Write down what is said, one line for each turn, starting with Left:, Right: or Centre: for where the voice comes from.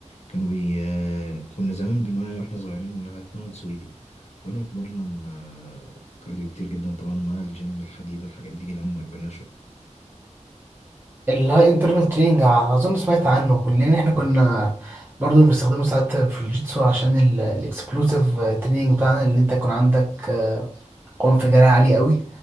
Left: كانوا بي آه، كنا زمان بنقول عليه واحنا صغيرين ان هتمرن سويدي فكنا بنتمرن آه، كارديو كتير جدا طبعا مع الجيم الحديد الحاجات دي لما كبرنا شويه
Right: اللاي انترنال تريننج انا اظن سمعت عنه كلنا احنا كنا برضو بنستخدمه ساعات في الجيتسو عشان الاكسبلوسيف تريننج بتاعنا اللي انت يكون عندك آه، قوة انفجارية عالية قوي